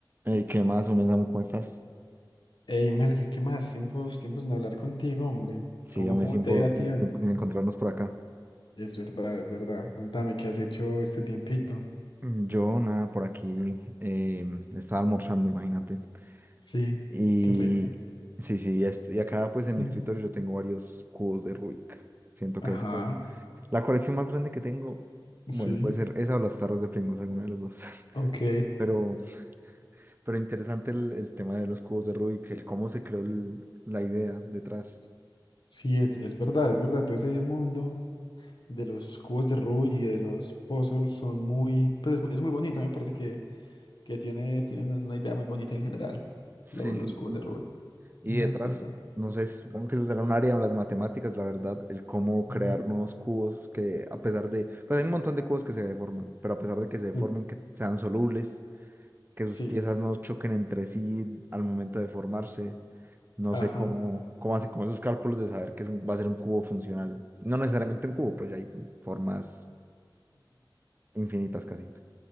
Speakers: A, on the right; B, on the left.
A: Ey, ¿qué más, uno Samu? ¿Cómo estás?
B: Ey, Melqui, ¿qué más? Tiempos, tiempos sin hablar contigo, hombre.
A: Sí,
B: ¿Cómo,
A: yo me
B: cómo
A: tiempo,
B: te ha ido a ti hoy?
A: tiempo sin encontrarnos por acá.
B: Es verdad, es verdad. Cuéntame, ¿qué has hecho este tiempito?
A: Mm, Yo, nada, por aquí eh, estaba almorzando, imagínate.
B: Sí,
A: Y
B: qué rico.
A: sí, sí, y, est- y acá pues en mi
B: Mm.
A: escritorio yo tengo varios cubos de Rubik. Siento
B: Ajá,
A: que es como la colección más grande que tengo.
B: sí,
A: Bueno, puede ser esa o las tarros de Pringles, alguna de las dos. <laughs>
B: ok.
A: Pero, pero interesante el, el tema de los cubos de Rubik, el cómo se creó el- la idea detrás.
B: <laughs> Sí, es, es verdad, es verdad. Todo ese mundo de los cubos de Rubik y de los puzzles son muy, pues es, es muy bonito. A mí me parece que, que tiene, tiene una, una idea muy bonita en general,
A: Sí,
B: lo- los
A: sí.
B: cubos de Rubik.
A: Y
B: Ajá,
A: detrás,
B: cuéntame.
A: no sé, supongo que eso será un área de las matemáticas, la verdad, el cómo crear
B: Ujú.
A: nuevos cubos que a pesar de, pues hay un montón de cubos que se deforman, pero a pesar de que se deformen,
B: Sí,
A: que sean solubles, que
B: Sí,
A: sus piezas no choquen entre sí al momento de formarse, no
B: ajá.
A: sé cómo, cómo hacen como esos cálculos de saber que es un- va a ser un cubo funcional. No necesariamente un cubo, pues ya hay formas infinitas casi.